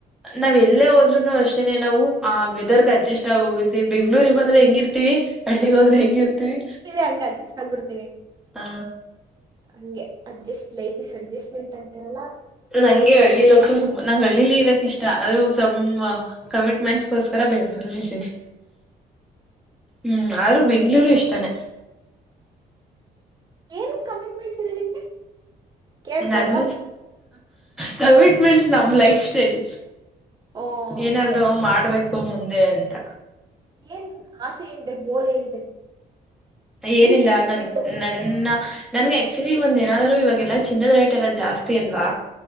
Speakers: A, in the centre; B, on the right.
A: ನಾವ್ ಎಲ್ಲೇ ಹೋದ್ರುನು ಅಷ್ಟೇನೆ ನಾವು ಆ ವೆದರ್ಗ್ ಅಡ್ಜಸ್ಟ್ ಆಗ ಹೋಗಿರ್ತಿೀವಿ ಬೆಂಗ್ಳೂರಿಗೆ ಬಂದ್ರೆ ಹೆಂಗಿರ್ತಿೀವಿ ಹಳ್ಳಿಗ್ ಹೋದ್ರೆ ಹೆಂಗಿರ್ತೀವಿ
B: ಇರ್ತೀವಿ ಹಂಗ ಅಡ್ಜಸ್ಟ್ ಆಗ್ಬಿಡ್ತೀವಿ
A: ಹ
B: ಹಂಗೆ ಅಡ್ಜಸ್ಟ್ ಲೈಫ ಇಸ್ ಅಡ್ಜಸ್ಟ್ಮೆಂಟ್ ಅಂತಾರಲ್ಲಾ
A: ನಂಗೆ ಹಳ್ಳಿಲಿಂತ ಸು ನಂಗ್ ಹಳ್ಳಿಲಿ ಇದರಕ ಇಷ್ಟ ಅದು ಸಂ ಕಮಿಟ್ಮೆಂಟ್ಸ್ಗೋಸ್ಕರ ಬೆಂಗ್ಳೂರಲ್ಲಿ ಇದ್ದೀನಿ ಹ್ಮ್ ಯರು ಬೆಂಗ್ಳೂರು ಇಷ್ಟನೆೇ
B: ಏನ್ ಕಮಿಟ್ಮೆಂಟ್ಸ್ ಇದೆ ನಿಮ್ಗೆ ಕೇಳ್ಬೋದಾ
A: ನಾನು ಕಮಿಟ್ಮೆಂಟ್ಸ್ ನಮ್ ಲೈಫ್ ಸ್ಟೈಲ್
B: ಓ
A: ಏನಾದ್ರೂ
B: ಹಂಗೆ
A: ಮಾಡ್ಬೇಕು ಮುಂದೆ ಅಂತ
B: ಏನ್ ಆಸೆ ಏನಿದೆ ಗೋಲ್ ಏನಿದೆ
A: ಏನಿಲ್ಲ
B: ಬಿಸ್ನೆಸ್
A: ನನ್
B: ಬಿಟ್ಟು
A: ನನ್ನ ನನ್ಗೆ ಆಕ್ಚುಲಿ ಒಂದ್ ಏನಾದ್ರು ಇವಾಗಲ್ಲಾ ಚಿನ್ನದ್ ರೈಟ್ ಎಲ್ಲ ಜಾಸ್ತಿ ಅಲ್ವಾ